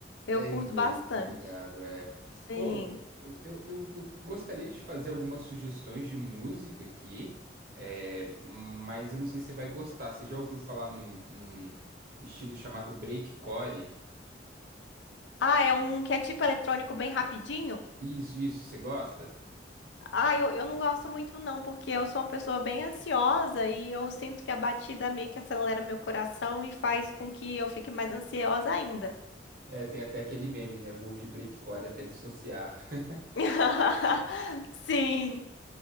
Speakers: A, on the left (about 80°); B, on the right (about 55°).
A: eu
B: É
A: curto
B: em inglês,
A: bastante.
B: eu tô ligado. É.
A: Sim.
B: Pô, eu, eu, eu, eu gostaria de fazer algumas sugestões de música aqui, é, mas eu não sei se você vai gostar. Você já ouviu falar num, num estilo chamado breakcore?
A: Ah, é um que é tipo eletrônico bem rapidinho?
B: Isso, isso, você gosta?
A: Ah, eu, eu não gosto muito não, porque eu sou uma pessoa bem ansiosa e eu sinto que a batida meio que acelera meu coração e faz com que eu fique mais ansiosa ainda.
B: É, tem até aquele meme, né? Vou ouvir breakcore até dissociar. <laughs>
A: <laughs> Sim,